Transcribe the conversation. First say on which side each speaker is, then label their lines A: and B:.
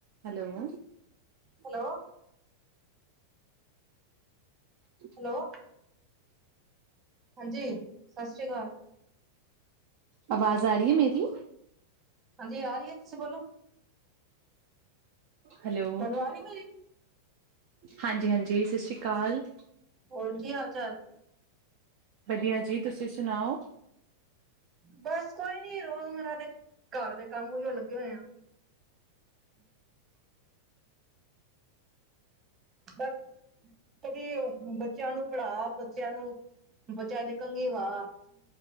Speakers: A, on the right (about 50°); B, on the right (about 30°).
A: ਹੈਲੋ।
B: ਹੈਲੋ।
A: ਹ
B: ਹੈਲੋੋ, ਹਾਂਜੀ ਸਤਿ ਸ਼੍ਰੀ ਅਕਾਲ।
A: ਆਵਾਜ਼ ਆ ਰਹੀ ਹੈ ਮੇਰੀ।
B: ਹਾਂਜੀ ਆ ਰਹੀ ਹੈ, ਤੁਸੀਂ ਬੋਲੋ।
A: ਹੈਲੋ,
B: ਤੁਹਾਨੂੰ ਆ ਰਹੀ ਮੇਰੀ
A: ਹਾਂਜੀ ਹਾਂਜੀ ਸਤਿ ਸ਼੍ਰੀ ਅਕਾਲ।
B: ਹੋਰ ਕੀ ਹਾਲ ਚਾਲ।
A: ਵਧੀਆ ਜੀ, ਤੁਸੀਂ ਸੁਣਾਓ।
B: ਬਸ ਕੋਈ ਨੀ ਰੋਜ਼ਮਰਰਾ ਦੇ, ਘਰ ਦੇ ਕੰਮ ਉਹੀਓ ਲੱਗੇ ਹੋਏ ਆ। ਬਸ ਕਦੀ ਬੱਚਿਆਂ ਨੂੰ ਪੜਾ, ਬੱਚਿਆਂ ਨੂੰ ਬੱਚਿਆਂ ਦੇ ਕੰਗੀ ਵਾਹ।